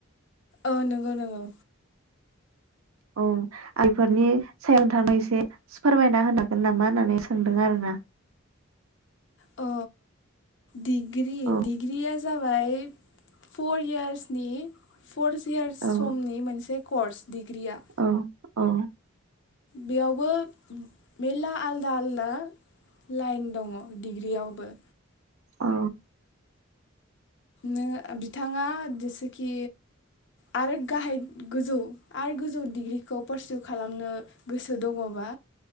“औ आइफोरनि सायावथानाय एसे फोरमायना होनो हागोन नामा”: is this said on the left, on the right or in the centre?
Right